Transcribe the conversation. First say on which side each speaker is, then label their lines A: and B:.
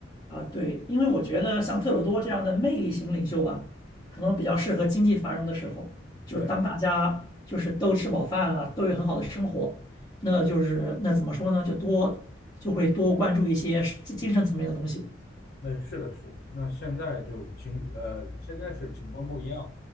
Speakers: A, on the left (about 20°); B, on the left (about 60°).
A: 啊，对，因为我觉得像特鲁多这样的魅力型领袖吧，可能比较适合经济繁荣的时候，就是当大家就是都吃饱饭了，
B: 对，
A: 都有很好的生活，那就是那怎么说呢，就多就会多关注一些是精神层面的东西。
B: 那是的，是的。那现在就情呃，现在是情况不一样，